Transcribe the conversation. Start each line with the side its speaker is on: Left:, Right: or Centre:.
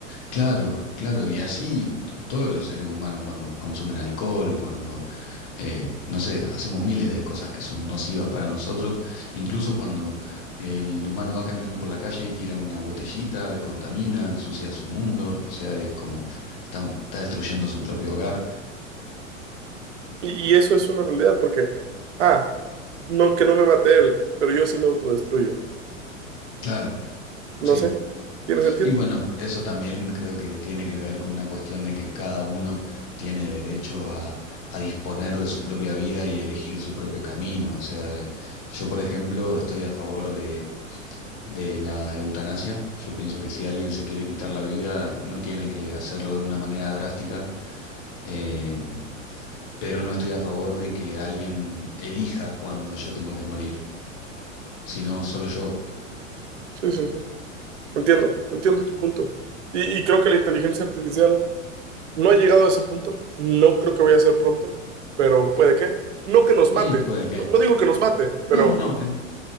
Left: Claro, claro, y así t- todos los seres humanos cuando consumen alcohol, cuando, eh, no sé, hacemos miles de cosas que son nocivas para nosotros, incluso cuando el humano va caminando por la calle y tira una botellita, contamina, ensucia su mundo, o sea, es como, está, está destruyendo su propio hogar.
Right: Y, y eso es una realidad, porque, ah, no, que no me mate él, pero yo sí me autodestruyo.
Left: Claro,
Right: No
Left: sí.
Right: sé. ¿Tiene sentido?
Left: Y bueno, eso también creo que tiene que ver con una cuestión de que cada uno tiene derecho a, a disponer de su propia vida y elegir su propio camino. O sea, yo, por ejemplo, estoy a favor de, de la eutanasia. Yo pienso que si alguien se quiere quitar la vida, no tiene que hacerlo de una manera drástica. eh, pero no estoy a favor de que alguien elija cuando yo tengo que morir, sino solo yo.
Right: Sí, sí, sí. Entiendo, entiendo tu punto. Y, y creo que la inteligencia artificial no ha llegado a ese punto, no creo que vaya a ser pronto, pero puede que. No que nos mate,
Left: Y puede que.
Right: no, no digo que nos mate,
Left: No,
Right: pero
Left: no, que.